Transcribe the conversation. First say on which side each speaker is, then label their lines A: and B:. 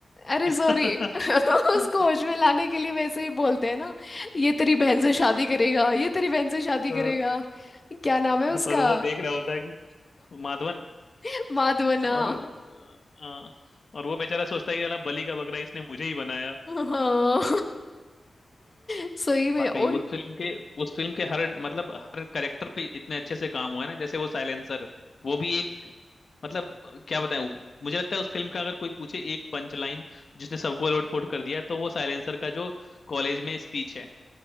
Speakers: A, on the left (about 30°); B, on the left (about 60°).
A: अरे
B: <laughs>
A: सॉरी <laughs>
B: हाँ,
A: उसको होश में लाने के लिए वैसे ही बोलते हैं ना ये तेरी बहन से शादी करेगा ये तेरी बहन से शादी करेगा
B: हाँ,
A: क्या नाम है उसका
B: और वो देख रहा होता है कि माधवन
A: <laughs> माधवना
B: और आ, और वो बेचारा सोचता है कि साला बलि का बकरा इसने मुझे ही बनाया
A: हाँ <laughs> सही में
B: वाकई
A: और
B: उस फिल्म के उस फिल्म के हर मतलब हर कैरेक्टर पे इतने अच्छे से काम हुआ है ना जैसे वो साइलेंसर वो भी एक मतलब क्या बताएं मुझे लगता है उस फिल्म का अगर कोई पूछे एक पंच लाइन जिसने सबको लोटपोट कर दिया तो वो साइलेंसर का जो कॉलेज में स्पीच है